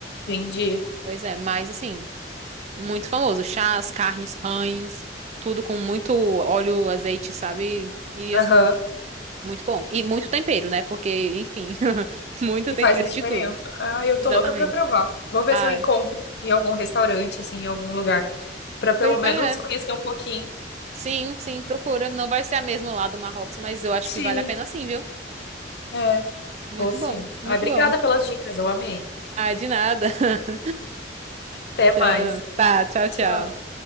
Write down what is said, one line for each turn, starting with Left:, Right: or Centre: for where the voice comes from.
Left: entendi.
Right: Pois é, mas assim, muito famoso. Chás, carnes, pães, tudo com muito óleo, azeite, sabe? E
Left: Aham.
Right: assim, muito bom. E muito tempero, né? Porque, enfim, <laughs> muito
Left: que
Right: tempero
Left: faz a diferença.
Right: de tudo.
Left: Ah, eu
Right: Exatamente.
Left: tô louca pra provar. Vou ver
Right: Ai,
Left: se eu encontro de algum restaurante, assim, em algum lugar, pra pelo
Right: per-
Left: menos
Right: é.
Left: conhecer um pouquinho.
Right: Sim, sim, procura. Não vai ser a mesma lá do Marrocos, mas eu acho
Left: Sim,
Right: que vale a pena sim, viu?
Left: é,
Right: Muito
Left: vou sim.
Right: bom, muito
Left: Ai, obrigada
Right: bom.
Left: pelas dicas, eu amei.
Right: Ah, de nada. <laughs>
Left: Até
Right: Tchau.
Left: mais.
Right: Tá, tchau, tchau.
Left: Tchau.